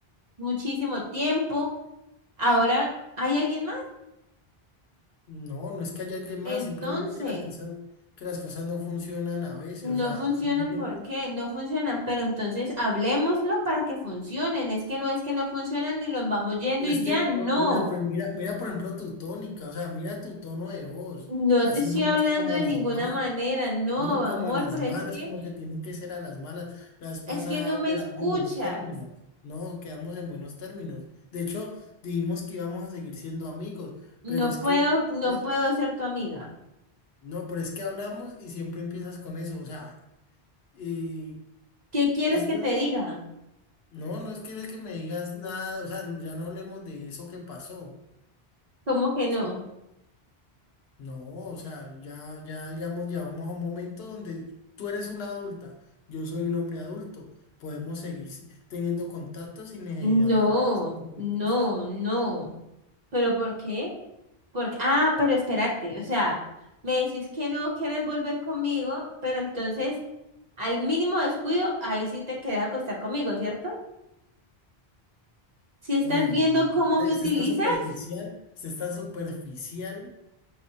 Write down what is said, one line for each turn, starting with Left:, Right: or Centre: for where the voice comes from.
Right: muchísimo tiempo. Ahora hay alguien más.
Left: no, no es que haya alguien más,
Right: Entonces,
Left: simplemente que las cosas, que las cosas no funcionan a veces,
Right: no
Left: o sea,
Right: funcionan,
Left: ¿sí me entiendes?
Right: ¿por qué? No funcionan, pero entonces hablemoslo para que funcionen. Es que no es que no funcionan y los vamos yendo
Left: Pero
Right: y
Left: es que,
Right: ya,
Left: por-
Right: no.
Left: mira, por- mira, mira, por ejemplo, tu tónica, o sea, mira tu tono de voz,
Right: No
Left: así
Right: te estoy
Left: no hablas
Right: hablando
Left: como
Right: de
Left: a las
Right: ninguna
Left: malas,
Right: manera, no,
Left: ni
Right: amor,
Left: como a las
Right: pero
Left: malas,
Right: es que,
Left: como que tienen que ser a las malas. La vez pasada
Right: es que no me
Left: quedamos
Right: escuchas.
Left: en buenos términos, no, quedamos en buenos términos. De hecho, dijimos que íbamos a seguir siendo amigos,
Right: No
Left: pero es
Right: puedo,
Left: que...
Right: no
Left: no,
Right: puedo ser tu amiga.
Left: no, pero es que hablamos y siempre empiezas con eso. O sea, Y
Right: ¿Qué quieres
Left: es,
Right: que te diga?
Left: no, no es que, que me digas nada, o sea, ya no hablemos de eso que pasó,
Right: ¿Cómo que no?
Left: ¿sí? No, o sea, ya, ya digamos, ya vamos a un momento donde tú eres una adulta, yo soy un hombre adulto, podemos seguir si- teniendo contacto sin necesidad
Right: No,
Left: de hablar este tipo
Right: no,
Left: de cosas.
Right: no. ¿Pero por qué? Porque, ah, pero espérate, o sea, me decís que no quieres volver conmigo, pero entonces, al mínimo descuido, ahí sí te querés acostar conmigo, ¿cierto? Si estás
Left: Uy,
Right: viendo
Left: no,
Right: cómo
Left: no, usted
Right: me
Left: usted
Right: utilizas.
Left: es tan superficial, usted es tan superficial.